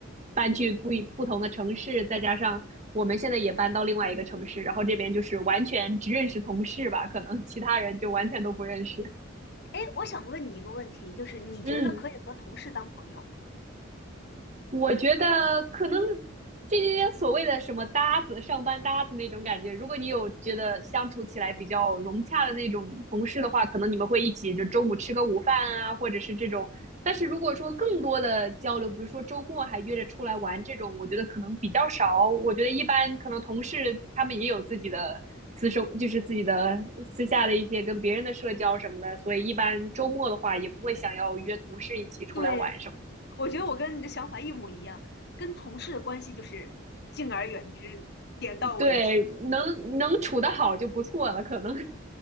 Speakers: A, on the right (about 35°); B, on the left (about 55°).
A: 搬去不一不同的城市，再加上我们现在也搬到另外一个城市，然后这边就是完全只认识同事吧，可能其他人就完全都不认识，
B: 哎，我想问你一个问题，就是你觉得可以和同事当朋友吗？
A: 嗯。我觉得可能这些所谓的什么搭子、上班搭子那种感觉，如果你有觉得相处起来比较融洽的那种同事的话，可能你们会一起就中午吃个午饭啊，或者是这种。但是如果说更多的交流，比如说周末还约着出来玩这种，我觉得可能比较少。我觉得一般可能同事他们也有自己的私生，就是自己的私下的一些跟别人的社交什么的，所以一般周末的话也不会想要约同事一起出来玩什么的
B: 对，我觉得我跟你的想法一模一样，跟同事的关系就是敬而远之，点到为止。
A: 对，能能处得好就不错了，可能